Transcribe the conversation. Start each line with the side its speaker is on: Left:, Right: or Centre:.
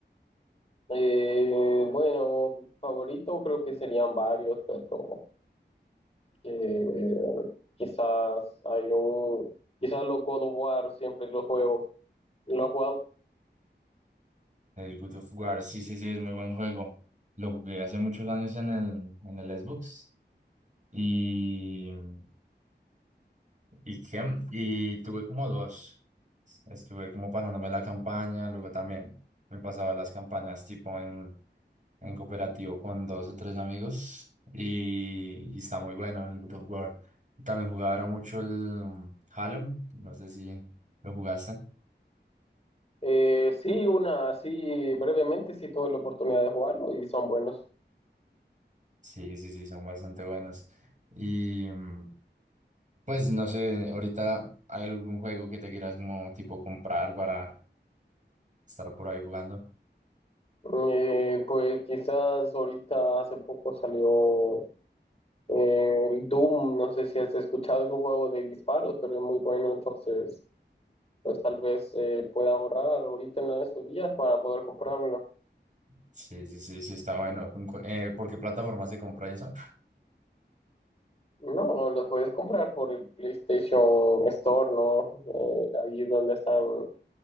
Left: Eh, bueno, favorito creo que serían varios, pero... que quizás hay un, quizás los God of War siempre que los juego, los has jugado.
Right: El Good of War, sí, sí, sí, es muy buen juego. Lo jugué hace muchos años en el, en el Xbox. Y, mm, ¿y qué? Y tuve como dos. Estuve como pasándome la campaña, luego también me pasaba las campañas tipo en en cooperativo con dos o tres amigos y, y está muy bueno el God of War. También jugaba ahora mucho el um, Halo, no sé si lo jugaste.
Left: Eh, sí, una, sí, brevemente sí tuve la oportunidad de jugarlo y son buenos.
Right: Sí, sí, sí, son bastante buenos. Y mm, pues no sé, ahorita hay algún juego que te quieras como tipo comprar para estar por ahí jugando.
Left: Eh, pues quizás ahorita hace poco salió eh, el Doom, no sé si has escuchado, es un juego de disparos, pero es muy bueno, entonces pues tal vez eh, pueda ahorrar ahorita en estos días para poder comprarlo.
Right: Sí, sí, sí, sí, está bueno. ¿En cu- eh, ¿por qué plataforma se compra eso?
Left: No, los puedes comprar por el PlayStation Store, ¿no? Eh, ahí es donde están,